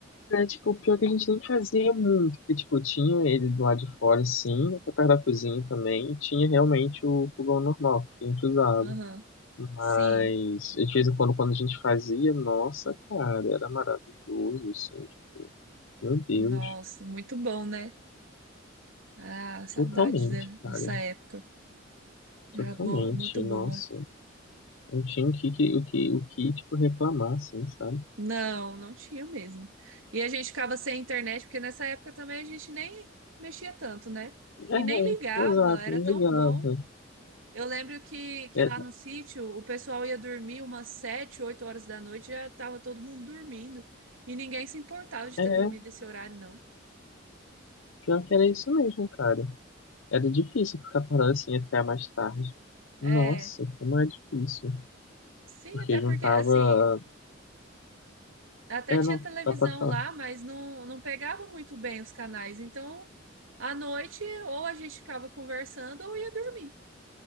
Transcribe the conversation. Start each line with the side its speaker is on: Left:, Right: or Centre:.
Left: mas é, tipo, pior que a gente nem fazia muito, porque, tipo, tinha ele do lado de fora, sim, perto da cozinha também, e tinha realmente o fogão normal que a gente usava.
Right: Aham.
Left: Mas,
Right: Sim.
Left: de vez em quando, quando a gente fazia, nossa, cara, era maravilhoso, assim, tipo, meu Deus.
Right: Nossa, muito bom, né? Ah, saudades
Left: Totalmente,
Right: de-
Left: cara.
Right: dessa época. Era
Left: Totalmente.
Right: bo- muito boa.
Left: Nossa. Não tinha o que, que- o que, o que tipo, reclamar, assim, sabe?
Right: Não, não tinha mesmo. E a gente ficava sem internet, porque nessa época também a gente nem mexia tanto, né? E
Left: É, é,
Right: nem ligava,
Left: exato.
Right: era
Left: Me
Right: tão
Left: ligava.
Right: bom. Eu lembro que, que
Left: É,
Right: lá no sítio o pessoal ia dormir umas sete, oito horas da noite, já tava todo mundo dormindo. E ninguém se importava de
Left: é,
Right: ter
Left: é,
Right: dormido esse horário, não.
Left: pior que era isso mesmo, cara. Era difícil ficar acordado assim até mais tarde.
Right: É,
Left: Nossa, como é difícil.
Right: sim,
Left: Porque
Right: até porque,
Left: juntava.
Right: assim, até
Left: É,
Right: tinha
Left: não,
Right: televisão
Left: ah, pode falar.
Right: lá, mas não, não pegava muito bem os canais. Então, à noite, ou a gente ficava conversando ou ia dormir.